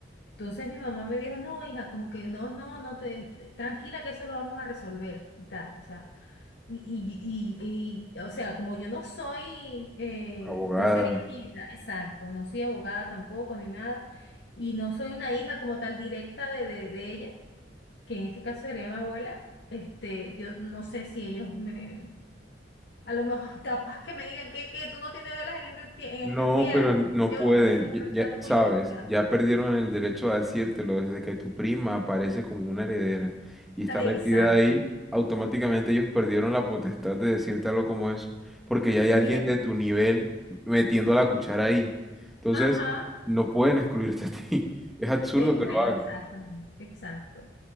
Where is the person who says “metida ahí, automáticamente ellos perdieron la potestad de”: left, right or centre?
Centre